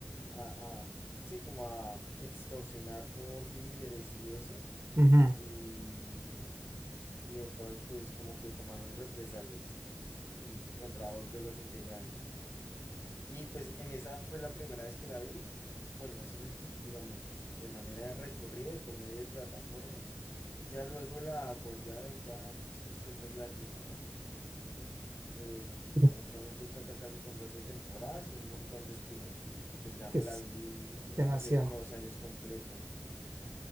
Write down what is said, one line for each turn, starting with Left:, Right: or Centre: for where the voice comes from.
Left: a, a, sí, como a extorsionar por víveres y eso.
Right: Ujú.
Left: Y, y entonces pues como que tomaron represalias y contra dos de los integrantes. Y pues en esa fue la primera vez que la vi, bueno, así digamos, de manera recorrida y por medio de plataforma. Ya luego la volví a ver, ya es que siempre es larguita, ¿no? Eh,
Right: <laughs>
Left: actualmente cuenta casi con 12 temporadas y un montón de spin-offs. Y pues ya me
Right: Es
Left: la vi
Right: demasiado.
Left: hace como dos años completa.